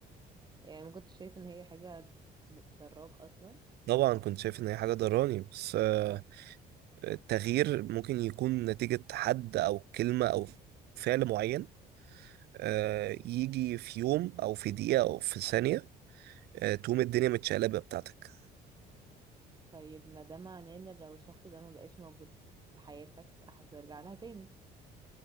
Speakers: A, on the right (about 25°); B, on the right (about 75°).
A: يعني ما كنتش شايفة ان هي حاجة ضراك اصلا
B: طبعا كنت شايف ان هي حاجة ضراني بس آه
A: طب
B: التغيير ممكن يكون نتيجة حد او كلمة او فعل معين آه يجي في يوم او في دقيقة او في ثانية آه تقوم الدنيا متشقلبة بتاعتك
A: طيب ما ده معناه ان لو الشخص ده ما بقاش موجود في حياتك هترجع لها تاني